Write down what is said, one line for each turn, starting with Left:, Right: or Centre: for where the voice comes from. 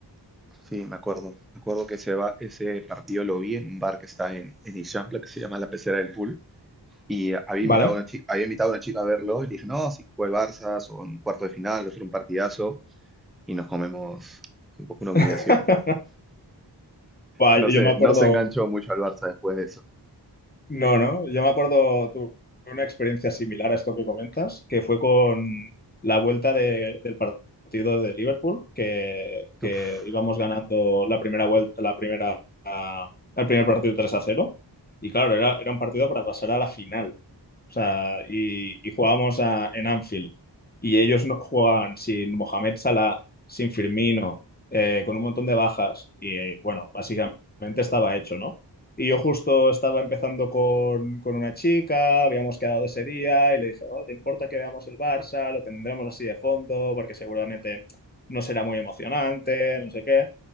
Centre: Sí, me acuerdo. Me acuerdo que ese, va- ese partido lo vi en un bar que está en, en Ixampla, que se llama La Pecera del Pool. Y había
Left: ¿Vale?
Centre: invitado a una chica, había invitado a una chica a verlo y le dije, no, si juega el Barça, son cuarto de final, va a ser un partidazo y nos comemos un poco una humillación.
Left: <laughs> Va,
Centre: No
Left: Yo
Centre: sé,
Left: me acuerdo
Centre: no se enganchó mucho al Barça después de eso.
Left: No, no, yo me acuerdo, tuve una experiencia similar a esto que comentas, que fue con la vuelta de- del partido de Liverpool, que, que
Centre: Uf,
Left: íbamos ganando la primera vuelta, la primera, ah, el primer partido tres a cero, Y claro, era, era un partido para pasar a la final. O sea, y, y jugábamos a- en Anfield. Y ellos no, jugaban sin Mohamed Salah, sin Firmino, eh, con un montón de bajas. Y bueno, básicamente estaba hecho, ¿no? Y yo justo estaba empezando con, con una chica, habíamos quedado ese día y le dije, "Oh, ¿te importa que veamos el Barça? Lo tendremos así de fondo porque seguramente no será muy emocionante, no sé qué.